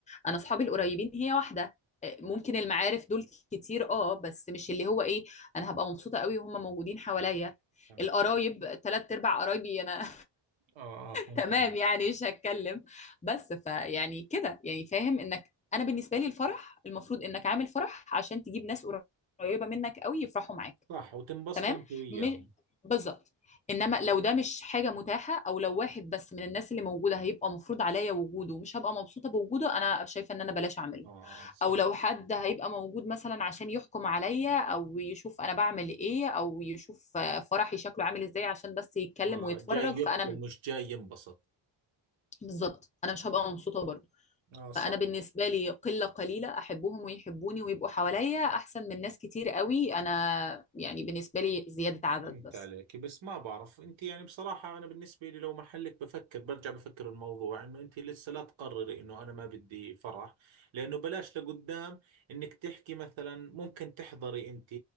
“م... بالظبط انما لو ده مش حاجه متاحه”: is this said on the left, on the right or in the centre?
Left